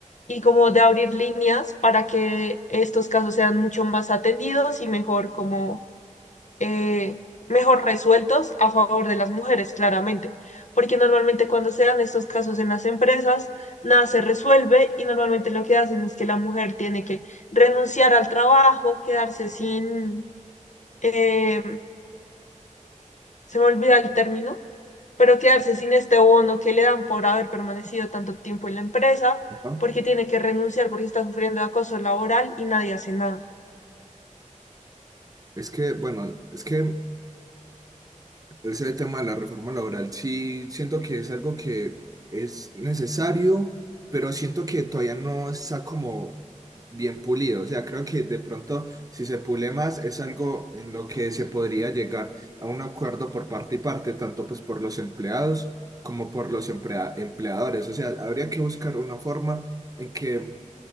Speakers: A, on the left (about 65°); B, on the right (about 25°).
A: y como de abrir líneas para que estos casos sean mucho más atendidos y mejor como eh, mejor resueltos a favor de las mujeres, claramente. Porque normalmente cuando se dan estos casos en las empresas, nada se resuelve y normalmente lo que hacen es que la mujer tiene que renunciar al trabajo, quedarse sin, eh, se me olvida el término, pero quedarse sin este bono que le dan por haber permanecido tanto tiempo en la empresa,
B: ¿no?
A: porque tiene que renunciar porque está sufriendo de acoso laboral y nadie hace nada.
B: Es que, bueno, es que Ese tema de la reforma laboral, sí, siento que es algo que es necesario, pero siento que todavía no está como bien pulido. O sea, creo que de pronto, si se pule más, es algo en lo que se podría llegar a un acuerdo por parte y parte, tanto pues por los empleados como por los emplea- empleadores. O sea, habría que buscar una forma en que